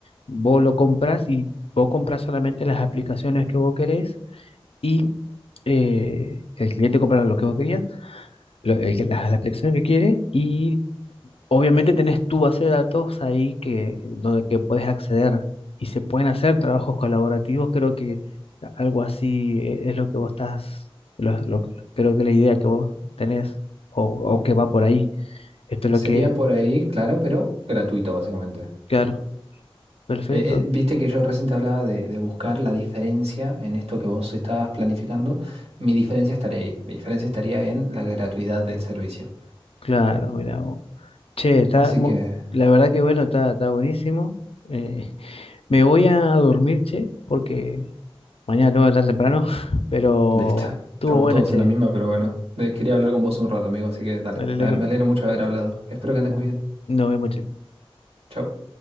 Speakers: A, on the left; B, on the right.
A: vos lo compras y vos compras solamente las aplicaciones que vos querés y eh, el cliente compra lo que vos querías, lo- el que- la, la aplicación que quiere y obviamente tenés tu base de datos ahí que, donde que puedes acceder y se pueden hacer trabajos colaborativos. Creo que algo así eh, es lo que vos estás, lo- lo- creo que la idea que vos tenés o, o que va por ahí. Esto es lo
B: Sería
A: que,
B: por ahí, claro, pero gratuito, básicamente.
A: claro, perfecto.
B: Eh, eh, viste que yo recién te hablaba de, de buscar la diferencia en esto que vos estabas planificando. Mi diferencia estaría ahí. Mi diferencia estaría en la gratuidad del servicio.
A: Claro, mira. vos. Che, está,
B: Así
A: mo-
B: que,
A: la verdad que bueno, está, está buenísimo. Eh, me voy a dormir, che, porque Mañana tengo que estar temprano, <laughs> pero
B: listo.
A: estuvo
B: Estamos
A: bueno,
B: todos
A: che.
B: en la misma, pero bueno. Eh, Quería hablar con vos un rato, amigo, así que dale.
A: Dale,
B: Me,
A: dale,
B: me alegro mucho de haber hablado. Espero que andes muy bien.
A: nos vemos, che.
B: Chau.